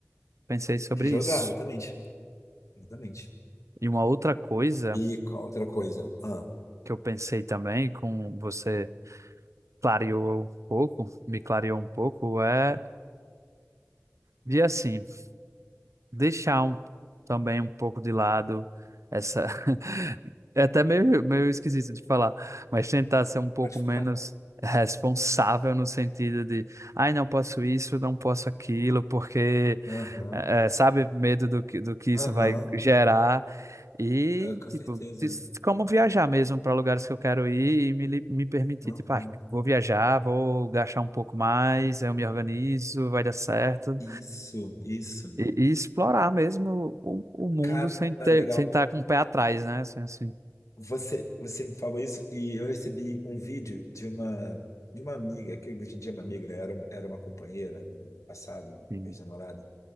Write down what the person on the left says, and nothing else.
se jogar,
exatamente. Exatamente.
E qual outra coisa? Ah,
pode falar.
Aham,
aham,
é, com
certeza.
Aham,
Isso, isso.
Cara,
legal.
Você, você me falou isso e eu recebi um vídeo de uma, de uma amiga, que hoje em dia é uma amiga, era, um- era uma companheira no passado,
uma ex-namorada,